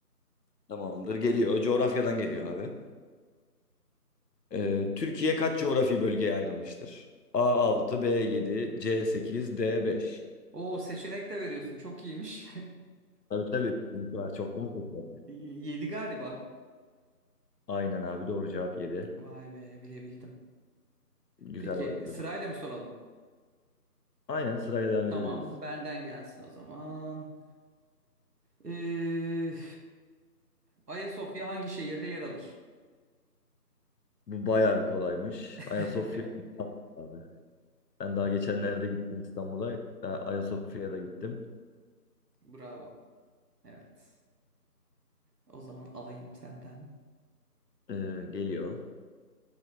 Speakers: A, on the left (about 80°); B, on the right (about 75°).
A: Tamamdır, geliyor. Coğrafyadan geliyor abi. E, Türkiye kaç coğrafi bölgeye ayrılmıştır? a altı, b yedi, c sekiz, d beş.
B: Oo seçenek de veriyorsun. Çok iyiymiş.
A: Tabii tabii. kesinlikle var. Çoktan seçildi.
B: <laughs> 7 galiba.
A: Aynen abi doğru cevap yedi.
B: Vay be bilebildim.
A: Güzel
B: Peki
A: başladı.
B: sırayla mı soralım?
A: Aynen sırayla devam edebiliriz.
B: Tamam benden gelsin o zaman. Ee, Ayasofya hangi şehirde yer alır?
A: Bu bayağı bir kolaymış.
B: <laughs>
A: Ayasofya İstanbul abi. Ben daha geçenlerde gittim İstanbul'a. Ee, Ayasofya'ya da gittim.
B: Bravo. Evet. O zaman alayım senden.
A: Ee, geliyor.